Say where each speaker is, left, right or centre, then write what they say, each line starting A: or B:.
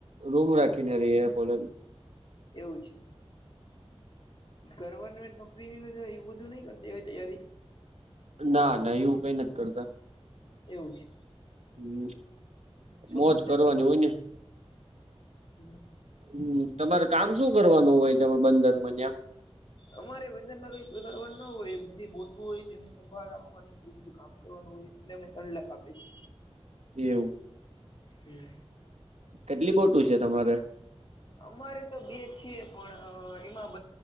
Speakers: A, on the right; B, on the left.
A: રૂમ રાખીને રહીએ કોલેજ
B: એવું છે ગવમેન્ટ નોકરીની બધ એવું બું નહી કરતી એ તૈયારી
A: ના ના એવું કઈ નથી કરતા
B: એવું છે
A: હમ
B: શું
A: મોજ
B: પૂછતા
A: કરવાની
B: હતા તમે
A: હોય ને
B: હમ
A: હમ તમારે કામ શું કરવાનું હોય ત બંદરમાં ત્યા
B: અમારે બંદન માં કઈ કોઈ કરવા ના હોય બધી બોટું હોય તેને સંભાળ રાખવાની એવું બધું કામ કરવાનું એટલે એમને ત્રણ લખ આપે છે
A: એવું
B: હમ
A: કેટલી બોટું છે તમારે
B: અમારે તો બે છીએ પણ એમાં